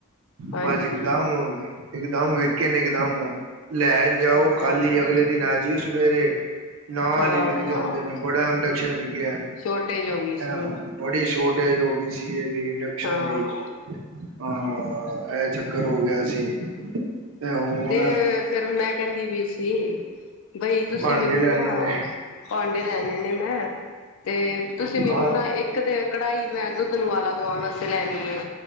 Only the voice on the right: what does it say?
ਬਸ ਇੱਕਦੱਮ ਇੱਕਦੱਮ ਵਿਕੇ ਨੇ ਇਕਦਮ ਲੈ ਜਾਓ
ਖਾਲੀ ਅਗਲੇ ਦਿਨ ਆ ਜਈਓ ਸਵੇਰੇ। ਨਾਲ
ਈ ਵਿਕ ਜਾਂਦੇ ਨੇ, ਬੜਾ ਇੰਡਕਸ਼ਨ ਵਿਕਿਐ।
ਹਾਂ, ਬੜੀ ਸੋਰਟੇਜ ਹੋ ਗਈ ਸੀ ਏਦੀ ਇੰਡਕਸ਼ਨ
ਦੀ। ਹਾਂ, ਐ ਚੱਕਰ ਹੋ ਗਿਆ ਸੀ। ਤੇ ਹੁਣ
ਭਾਂਡੇ
ਲੈਣੇ
ਨੇ
ਹਾਂ